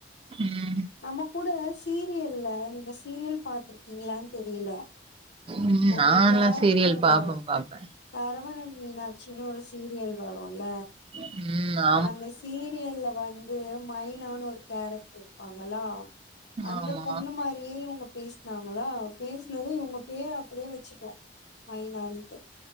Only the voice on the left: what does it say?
நம்ம கூட சீரியல்ல நீங்க சீரியல் பாத்ருக்கீங்ளான் தெரில
ஒரு
கேரக்டர்
வரு
சரவணன் மீனாட்சின் ஒரு சீரியல் வருல
அந்த சீரியல்ல வந்து மைனானு ஒரு கேரக்டர் இருப்பாங்களா அந்த
பொண்ணு மாரியே இவுங்க பேஸ்னாங்களா பேஸ்னது இவுங்க பேரு அப்டியே வெச்சிட்டோ மைனான்ட்டு